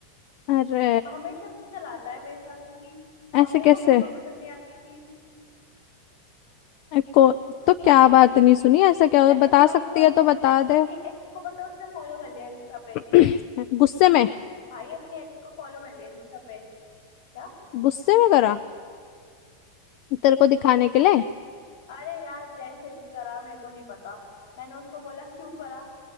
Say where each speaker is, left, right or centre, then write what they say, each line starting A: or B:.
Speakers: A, on the left; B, on the left.
A: अरे
B: हमेशा अपनी चलाता है बेफालतू की
A: ऐसे
B: और मेरे
A: कैसे
B: को बिल्कुल पसंद नहीं आती ये चीज
A: अरे को तो क्या बात नहीं सुनी ऐसा क्या हुआ?
B: ऐसे
A: बता
B: हाँ
A: सकती
B: नहीं तो
A: है तो बता दे
B: अपनी एक्स को पता है उसने फॉलो कर लिया इंस्टा पे
A: <clears throat> गुस्से में
B: भाई अपने एक्स को फॉलो कर लिया इंस्टा पे क्या
A: गुस्से में करा तेरे को दिखाने के लिए
B: अरे यार जैसे भी करा मेरे को नहीं पता मैंने उसको बोला क्यों करा